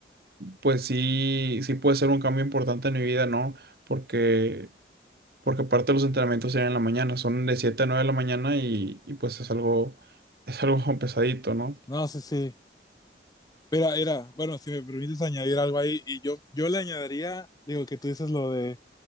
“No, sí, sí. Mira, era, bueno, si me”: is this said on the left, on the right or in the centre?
Left